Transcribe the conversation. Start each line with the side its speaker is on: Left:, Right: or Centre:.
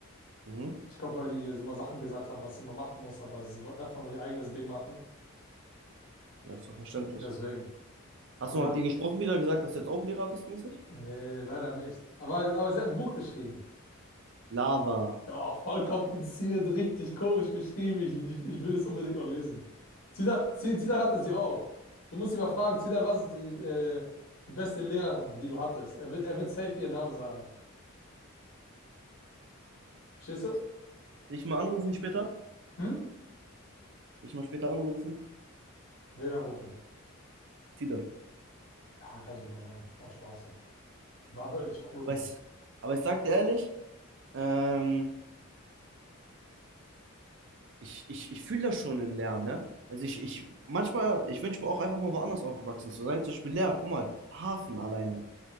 Right: Mhm.
Left: Ich glaube, weil die ihr immer Sachen gesagt haben, was sie mal machen muss, aber sie wollte einfach nur ihr eigenes Ding machen.
Right: Das ist doch verständlich.
Left: Und deswegen.
Right: Hast
Left: Und
Right: du mal
Left: dann
Right: mit ihr gesprochen wieder, gesagt, dass du jetzt auch Lehrer bist, mäßig?
Left: Nee, leider nicht. Aber, aber sie hat ein Buch geschrieben.
Right: Lava.
Left: Doch, voll kompliziert, richtig komisch geschrieben. Ich, ich, ich will es unbedingt noch lesen. Zidane, Zi- Zidane hatte sie auch. Du musst ihn mal fragen, Zidane, was ist die, äh, die beste Lehrerin, die du hattest? Er wird, er wird safe ihren Namen sagen. Verstehst du?
Right: Ich dich mal anrufen später.
Left: Hm?
Right: Dich mal später anrufen.
Left: WLAN rufen.
Right: Zieh das.
Left: Ja, kannst du mal machen. Auch Spaß so. War wirklich cool,
Right: Aber
Left: Mann.
Right: ich, aber ich sag dir ehrlich, ähm, ich, ich, ich fühle das schon in Lernen, ne? Also ich, ich, manchmal, ich wünsche mir auch einfach mal woanders aufgewachsen zu sein. Zum Beispiel Lehrer, guck mal, Hafen alleine.